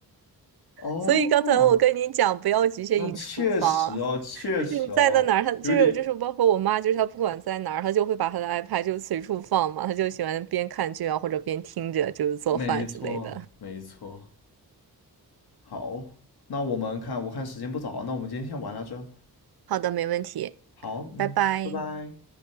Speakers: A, on the left; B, on the right.
A: 哦，
B: 所以刚才我跟你讲，不要局限于厨房，
A: 那确实哦，确实哦，
B: 就是你在在哪儿，她就是就是包括我妈，
A: 有点。
B: 就是她不管在哪儿，她就会把她的 iPad 就随处放嘛，她就喜欢边看剧啊或者边听着就是做饭之类的。
A: 没错，没错。好，那我们看，我看时间不早啊，那我们今天先玩到这。
B: 好的，没问题。
A: 好，嗯，
B: 拜拜。
A: 拜拜。